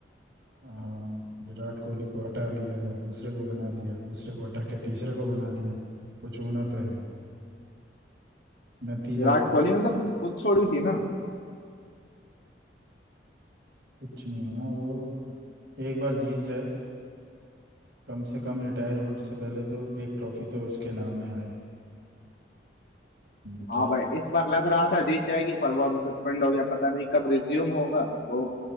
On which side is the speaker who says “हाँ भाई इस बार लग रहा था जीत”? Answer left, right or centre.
Left